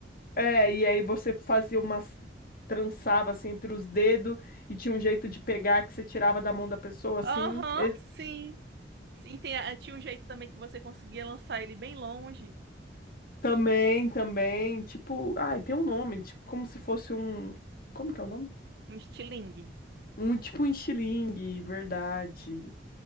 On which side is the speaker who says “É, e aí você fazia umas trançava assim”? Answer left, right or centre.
Left